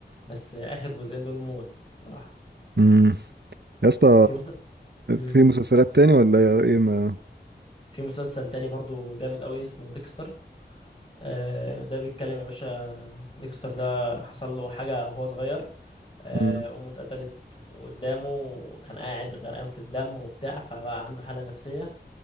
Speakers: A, on the left; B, on the right.
A: بس آه آخر جزئين دول موت صراحة
B: اه يا اسطى
A: في مس... مم.
B: في مسلسلات تاني ولا يا ايه ما
A: في مسلسل تاني برضو جامد أوي اسمه ديكستر آه ده بيتكلم يا باشا ديكستر ده حصل له حاجة وهو صغير آه
B: مم.
A: أمه اتقتلت قدامه وكان قاعد غرقان في الدم وبتاع فبقى عنده حالة نفسية